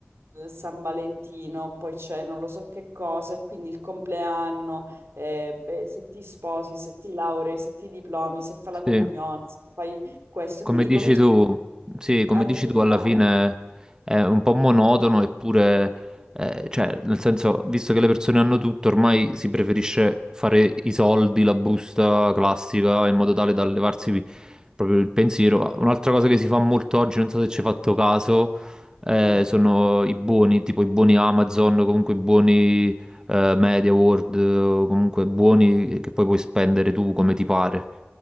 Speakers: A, on the right; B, on the right.
A: eh, San Valentino, poi c'è non lo so che cosa, e quindi il compleanno, eh, beh, se ti sposi, se ti laurei, se ti diplomi, se fai la comunione,
B: Sì,
A: se fai questo.
B: come
A: E Quindi
B: dici
A: cominci
B: tu, sì, come
A: a diventare...
B: dici tu, alla fine è un po' monotono, eppure, eh, cioè, nel senso, visto che le persone hanno tutto, ormai si preferisce fare i soldi, la busta classica, in modo tale da levarsi vi- proprio il pensiero. Un'altra cosa che si fa molto oggi, non so se ci hai fatto caso, eh,
A: no?
B: sono i buoni, tipo i buoni Amazon, o comunque i buoni, eh, Media World, o comunque buoni che poi puoi spendere tu come ti pare.